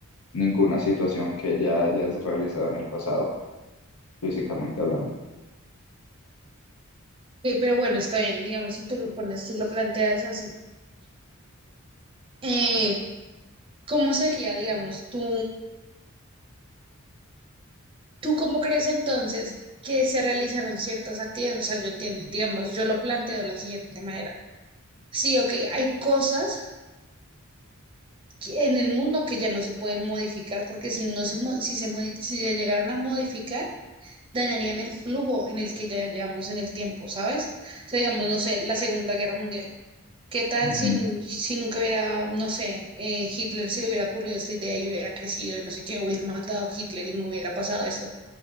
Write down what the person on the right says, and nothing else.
Ok, pero bueno, está bien, digamos, si tú lo pones, si lo planteas así Eh, ¿cómo sería, digamos, tú, tú cómo crees entonces que se realizaron ciertas actividades? O sea, yo entiendo, digamos, yo lo planteo de la siguiente manera. Sí, ok, hay cosas que- en el mundo que ya no se pueden modificar porque si no se, mo- si se, modi- si se llegaran a modificar, dañarían el flujo en el que ya llevamos en el tiempo, ¿sabes? O sea, digamos, no sé, la Segunda Guerra Mundial. ¿Qué tal
si, si nunca hubiera, no sé, eh, Hitler se le hubiera ocurrido esta idea y hubiera crecido y no sé qué, hubieran matado a Hitler y no hubiera pasado esto?